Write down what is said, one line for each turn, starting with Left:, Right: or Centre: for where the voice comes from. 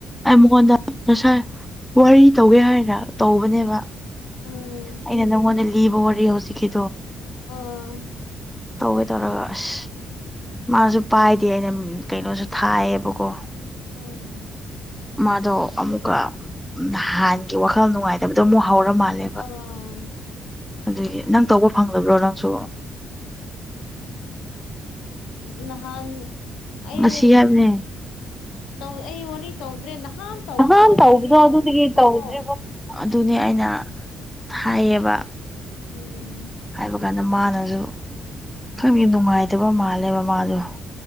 Centre: ꯑꯩꯉꯣꯟꯗ ꯉꯁꯥꯏ ꯋꯥꯔꯤ ꯇꯧꯒꯦ ꯍꯥꯏꯅ ꯇꯧꯕꯅꯦꯕ
Left: ꯎꯝ
Centre: ꯑꯩꯅ ꯅꯪꯉꯣꯟꯗ ꯂꯤꯕ ꯋꯥꯔꯤ ꯍꯧꯖꯤꯛꯀꯤ
Left: ꯑꯣ
Centre: ꯇꯧꯒꯦ ꯇꯧꯔꯒ ꯑꯁ ꯃꯥꯁꯨ ꯄꯥꯏꯗꯦ ꯑꯩꯅ ꯀꯩꯅꯣꯁꯨ ꯊꯥꯏꯌꯦꯕꯀꯣ
Left: ꯎꯝ
Centre: ꯃꯥꯗꯣ ꯑꯃꯨꯛꯀ ꯍꯥꯟꯒꯤ ꯋꯥꯈꯜ ꯅꯨꯡꯉꯥꯏꯇꯕꯗꯣ ꯑꯃꯨꯛ ꯍꯧꯔ ꯃꯥꯜꯂꯦ
Left: ꯑꯥ
Centre: ꯑꯗꯨꯒꯤ ꯅꯪ ꯇꯧꯕ ꯐꯪꯗꯕ꯭ꯔꯣ ꯅꯪꯁꯨ
Left: ꯎ ꯅꯍꯥꯟ ꯑꯩ
Centre: ꯉꯁꯤ ꯍꯥꯏꯕꯅꯦ
Left: ꯧ ꯑꯩ ꯋꯥꯅꯤ ꯇꯧꯗ꯭ꯔꯦ ꯅꯍꯥꯟ ꯇꯧꯕꯗꯣ
Centre: ꯅꯍꯥꯟ
Left: ꯑꯗꯨꯗꯒꯤ
Centre: ꯇꯧꯕꯗꯣ ꯑꯗꯨꯗꯒꯤ
Left: ꯇꯧꯗ꯭ꯔꯦꯕꯀꯣ
Centre: ꯇꯧꯗ꯭ꯔꯤꯕ ꯑꯗꯨꯅꯤ ꯑꯩꯅ ꯊꯥꯏꯌꯦꯕ
Left: ꯎꯝ
Centre: ꯍꯥꯏꯕ ꯑꯗꯨ ꯀꯥꯟꯗ ꯃꯥꯅꯁꯨ ꯈꯪꯒꯤ ꯅꯨꯡꯉꯥꯏꯇꯕ ꯃꯥꯜꯂꯦꯕ ꯃꯥꯗꯣ